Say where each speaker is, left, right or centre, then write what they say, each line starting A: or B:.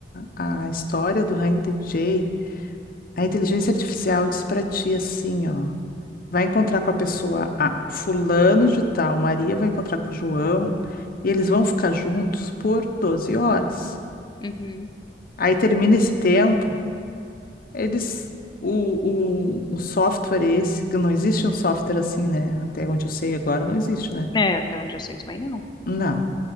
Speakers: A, on the left (about 55°); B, on the left (about 25°).
A: à à história do Hang DJ, a inteligência artificial diz pra ti assim, ó. vai encontrar com a pessoa A, fulano de tal, Maria vai encontrar com o João, e eles vão ficar juntos por 12 horas.
B: Uhum.
A: Aí termina esse tempo, eles. O, o, o software é esse, que não existe um software assim, né? Até onde eu sei agora, não existe, né?
B: É, até onde eu sei também não.
A: Não.